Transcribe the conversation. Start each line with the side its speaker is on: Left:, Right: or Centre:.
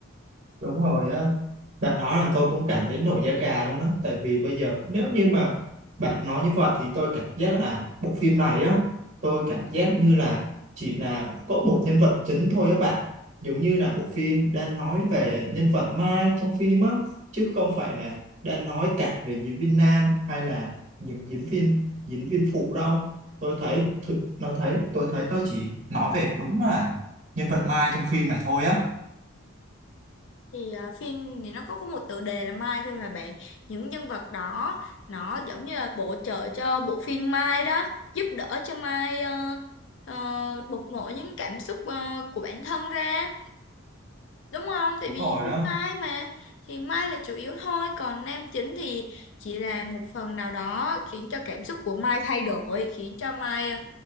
Right: đúng rồi á bạn nói là tôi cũng cảm thấy nổi da gà luôn đó tại vì bây giờ nếu như mà bạn nói như vậy thì tôi cảm giác là bộ phim này á tôi cảm giác như là chỉ là có một nhân vật chính thôi á bạn giống như là bộ phim đang nói về nhân vật Mai trong phim á chứ không phải là đang nói cả về diễn viên nam hay là những diễn viên diễn viên phụ đâu tôi thấy thử- nó thấy tôi thấy tôi chỉ nói về đúng là nhân vật Mai trong phim này thôi á
Left: thì ờ, phim thì nó có có một tựa đề là Mai thôi mà bạn những nhân vật đó nó giống như là bổ trợ cho bộ phim Mai đó giúp đỡ cho Mai ờ, ờ, bộc lộ những cảm xúc ờ, của bản thân ra đúng không tại
Right: đúng
Left: vì
Right: rồi
Left: phim
Right: á
Left: Mai mà thì Mai là chủ yếu thôi còn nam chính thì chỉ là một phần nào đó khiến cho cảm xúc của Mai thay đổi khiến cho Mai ờ,